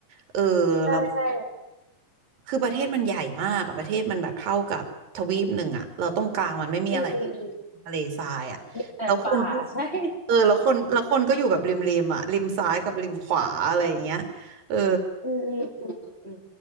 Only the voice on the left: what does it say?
ใช่ใช่
อืมอืมอืม
มีแต่ป่าใช่ <laughs>
อืมอืมอืมอืมอืม